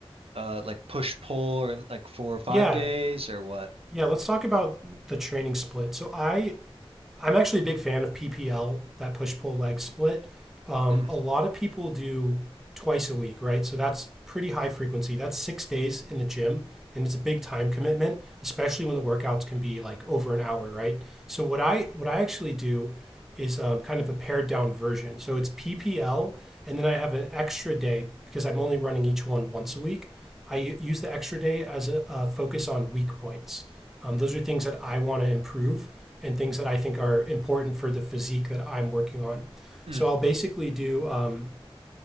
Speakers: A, on the right (about 70°); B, in the centre.
A: uh like push pull or like four or five
B: Yeah.
A: days or what?
B: Yeah. Let's talk about the training split. So I I'm actually a big fan of PPL, that push pull leg split. Um,
A: <clears throat>
B: a lot of people do twice a week, right? So that's pretty high frequency. That's six days in the gym, and it's a big time commitment, especially when the workouts can be like over an hour, right? So what I what I actually do is um, kind of a pared down version. So it's PPL, and then I have an extra day because I'm only running each one once a week. I use the extra day as a, a focus on weak points. Um, those are things that I want to improve and things that I think are important for the physique that I'm working on.
A: Mm,
B: So
A: mm.
B: I'll basically do, um,